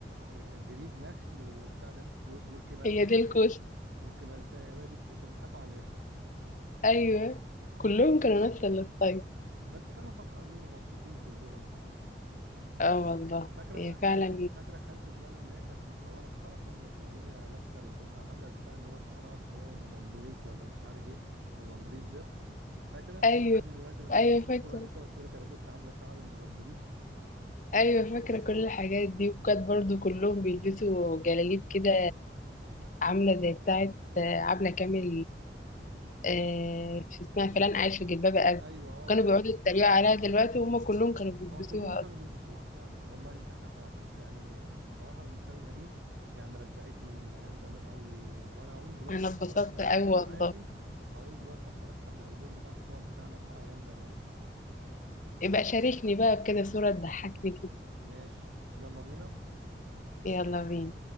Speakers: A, on the right (about 80°); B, on the left (about 45°).
A: آه، جريد نخل وبتاع ده و- وكبرتايه
B: دي الكوسه
A: وكبرتايه وهي دي الكوشه بيضحكوا عليها
B: ايوه كلهم كانوا نفس الستايل
A: بس كانوا فرحانين ومبسوطين كلهم
B: اه والله
A: فاكره
B: هي
A: بقى خالتك
B: فعلا
A: فاكره خالتك بقى لما هي كانت متصوره في فرح امك وهي لابسه الب... آه، عامله البتاع اللي هو شعرها اسمه ايه موزمبليك ولا مش عارف ايه موزمبليت ده فاكره
B: ايوه
A: ولحد دلوقتي لما
B: ايوه
A: تشوف الصوره
B: فاكره
A: دي تقعد تقول لك انا كنت عامله شعري موزمبليت
B: ايوه فاكره كل الحاجات دي وكانت برضو كلهم بيلبسوا جلاليب كده عامله زي بتاعه آه، عبله كامل آه، في اسمها فلان عايش في جلباب ابي
A: ايوه اه
B: كانوا
A: فعلا
B: بيقعدوا يتريقوا عليها دلوقتي وهم كلهم كانوا بيلبسوها
A: ما هو كلهم كانوا
B: أصلاً.
A: بيلبسوها فعلا والله انت حق... فك- يعني بصراحه المكالمه دي يعني رجعتني لايام زمان قوي و... وانا هقوم دلوقتي
B: انا
A: اصلا
B: اتبسطت
A: لما
B: أوي
A: اقفل
B: والله
A: معاكي هقوم دلوقتي اصلا افتح الالبوم بتاع الصور بتاعنا بتاع ايام زمان
B: يبقى شاركني بقى بكده صوره تضحكني كده
A: ماشي يلا بينا
B: يلا بينا